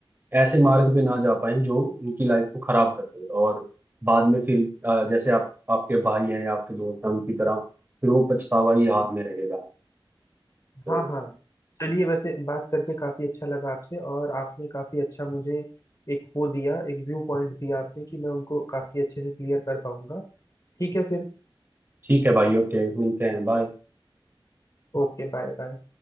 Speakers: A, on the right (about 25°); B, on the left (about 40°).
A: ऐसे मार्ग पे ना जा पाए जो उनकी लाइफ को खराब कर दे और बाद में फिर अ, जैसे आप आपके भाई हैं या आपके दोस्त हैं उनकी तरह फिर वो पछतावा ही हाथ में रहेगा तो
B: हाँ हाँ चलिए वैसे बात करके काफी अच्छा लगा आपसे और आपने काफी अच्छा मुझे एक वो दिया एक व्यू पॉइंट दिया आपने कि मैं उनको काफी अच्छे से क्लियर कर पाऊंगा ठीक है फिर
A: ठीक है भाई ओके मिलते हैं बाय
B: ओके बाय बाय